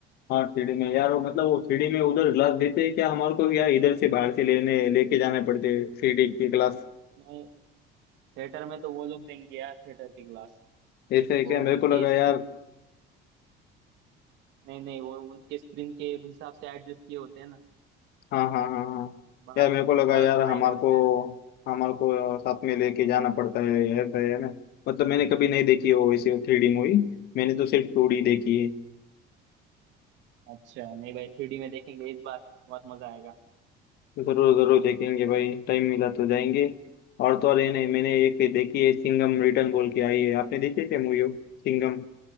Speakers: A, on the left; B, on the right.
A: हाँ थ्री डी में यार वो मतलब वो थ्री डी में उधर ग्लास देते हैं क्या हमारे को यार इधर से बाहर से लेने लेके जाने पड़ते हैं थ्री डी की ग्लास
B: नहीं थिएटर में तो वो लोग देंगे यार थिएटर के ग्लास
A: ऐसे है
B: वो
A: क्या मेरे
B: उनके
A: को लगा यार
B: स्क्रीन नहीं नहीं वो उनके स्क्रीन के हिसाब से एडजस्ट किए होते हैं ना
A: हाँ हाँ हाँ हाँ
B: बाहर
A: यार मेरे को लगा
B: बाहर
A: यार
B: से लाएंगे
A: हमार
B: तो फिर
A: को हमार को साथ में लेके जाना पड़ता है ऐसा है ना मतलब मैंने कभी नहीं देखी हो वैसे थ्री डी मूवी मैंने तो सिर्फ टू डी देखी है
B: अच्छा नहीं भाई थ्री डी में देखेंगे इस बार बहुत मजा आएगा
A: तो जरूर जरूर देखेंगे भाई टाइम मिला तो जाएंगे और तो और ये नहीं मैंने एक देखी है सिंघम रिटर्न बोल के आई है आपने देखी है क्या मूवी सिंघम